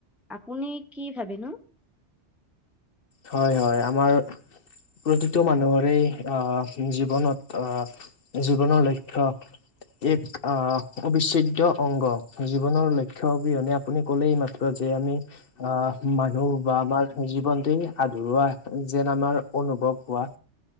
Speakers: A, in the centre; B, on the left (about 55°).
A: আপুনি কি ভাবেনো?
B: হয়, হয়, আমাৰ প্ৰতিটো মানুহৰে আহ জীৱনত আহ জীৱনৰ লক্ষ্যক এক আহ অবিচ্ছেদ্য় অংগ, জীৱনৰ লক্ষ্য অবিহনে আপুনি কলেই মাত্ৰ যে আমি অ', মানুহ বা আমাৰ জীৱনটই আধৰুৱা যেন আমাৰ অনুভৱ হোৱা